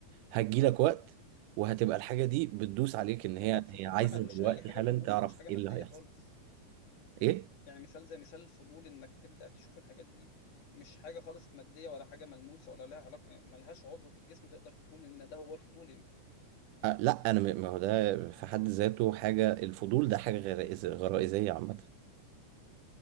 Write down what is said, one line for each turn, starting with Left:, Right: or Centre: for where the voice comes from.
Right: هتجيلك وقت وهتبقى الحاجة دي بتدوس عليك ان هي
Left: هو الفضول
Right: هي عايزة
Left: ده ملوش
Right: دلوقتي
Left: اي حاجه
Right: حالا
Left: ملموسه
Right: تعرف
Left: مش حاجه
Right: ايه
Left: ماديه
Right: اللي هيحصل
Left: خالص
Right: ايه؟
Left: يعني مثال زي مثال الفضول انك تبدا تشوف الحاجات دي مش حاجه خالص ماديه ولا حاجه ملموسه ولا لها علاقه يعني ملهاش عضو في الجسم تقدر تقول ان ده هو الفضول يعني
Right: أه لا انا م- ما هو ده في حد ذاته حاجة الفضول ده حاجة غرائز- غرائزية عامة